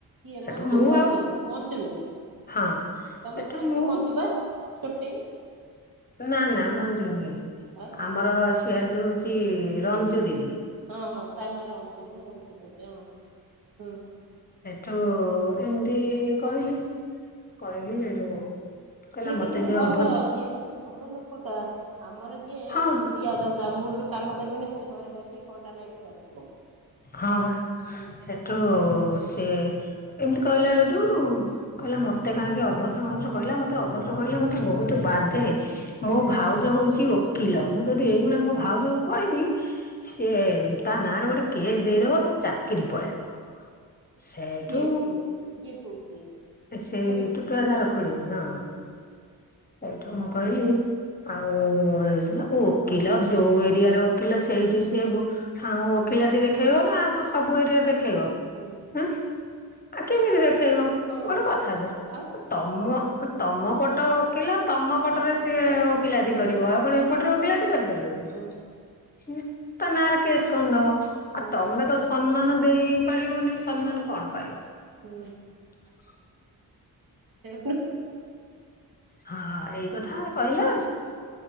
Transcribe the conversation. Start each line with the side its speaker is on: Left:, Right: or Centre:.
Right: କିଏ
Left: ସେଠୁ
Right: ମଞ୍ଜୁ
Left: ମୁଁ
Right: ମଞ୍ଜୁ
Left: ଆଉ
Right: ମଞ୍ଜୁନୁ
Left: ହଁ
Right: ତମ
Left: ସେଠୁ
Right: ସି ଆର
Left: ମୁଁ
Right: ପି ମଞ୍ଜୁ ପା। ଛୁଟି।
Left: ନା ନା ମଞ୍ଜୁ ନୁହେଁ।
Right: ଆଉ
Left: ଆମର ସି ଆର ପି ହଉଛି ଛି ରଞ୍ଜୁ ଦିଦି।
Right: ହଁ ହଁ ତା ନାଁ ରଞ୍ଜୁ ମୁ ମଞ୍ଜୁ କହୁ କ ହ ହୁଁ।
Left: ଠୁ ଏମିତି କହିଲି। କହିଲି ସେଇଠୁ କହିଲା
Right: ସିଏ କିନ୍ତୁ
Left: ମତେ
Right: ଭଲ
Left: ଯିଏ ଅଭଦ୍ର
Right: ସିଏ କିନ୍ତୁ ଭଲ ଲୋକ ଟା। ଆମର ଯିଏ ଏକ
Left: ହଁ
Right: ଧୂଳିଆ ଜନ୍ଦା ମୂଳରୁ କାମ କରିବନି ଖାଲି ଘରେ ବସିକି ଘଣ୍ଟା ନାଇକି ବସିବ।
Left: ହଁ ବା
Right: ହୁଁ
Left: ସେଠୁ ସିଏ ଏମିତି କହିଲା ଏଇଠୁ କହିଲା ମତେ କାହିଁକି ଅଭ କହିଲା ମତେ ଅଭଦ୍ର କହିଲେ ମତେ ବହୁତ ବାଧେ। ମୋ ଭାଉଜ ହଉଛି ଓକିଲ। ମୁଁ ଯଦି ଏଇଭଳିଆ ମୋ ଭାଉଜଙ୍କୁ କହିବି ସେ <inaudible> ତା ନା ରେ ଗୋଟେ କେସ୍ ଦେଇଦବ ତା ଚାକିରି ପଳେଇବ। ସେଇଠୁ
Right: କିଏ କହୁ କିଏ କହୁଛି
Left: ସେଇ
Right: ଖୁଡି
Left: ଟୁକୁଆ ଦାଦାର ଖୁଡି ହଁ।
Right: ହୁଁ
Left: ସେଇଠୁ ମୁଁ କହିଲି ଆଉ ଓକିଲ ଯୋଉ ଏରିଆର ଓକିଲ ସେଇଠି ସିଏ ଆଉ ଓକିଲାତି ଦେଖେଇବ ନା। ଆଉ ସବୁ ଏରିଆରେ ଦେଖେ ଦେଖେଇବ
Right: ହୁଁ
Left: ଉଁ। ଆଉ କେମିତି ଦେଖେଇବ
Right: ହଁ
Left: ଗୋଟେ କଥା କୁହ,
Right: ଆଉ
Left: ତମ ତମ ପଟ ଓ। ଓକିଲ ତମ
Right: କାମ
Left: ପଟରେ
Right: କର
Left: ସିଏ ଓକିଲାତି କରିବ ଆଉ
Right: ହୁଁ
Left: କଣ ଏପଟରେ ଓକିଲାତି କରିପାରିବ କି?
Right: ହୁଁ
Left: ତା ନାଁରେ କେସ୍ କଣ ଦବ? ଆଉ
Right: ହୁଁ
Left: ତମେ ତ ସମ୍ମାନ ଦେଇପାରିବ ନାଇଁ ସମ୍ମାନ କଣ ପାଇବ।
Right: ହୁଁ।
Left: ହ। <inaudible>
Right: ସେ <inaudible>
Left: ହଁ ଏଇ କଥା କହିଲ